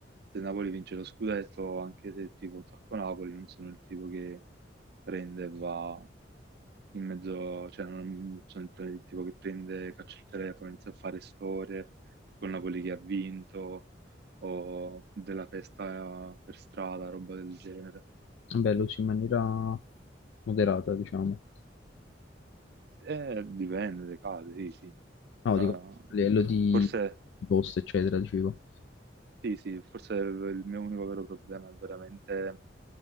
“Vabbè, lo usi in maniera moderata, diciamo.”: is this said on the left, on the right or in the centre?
Left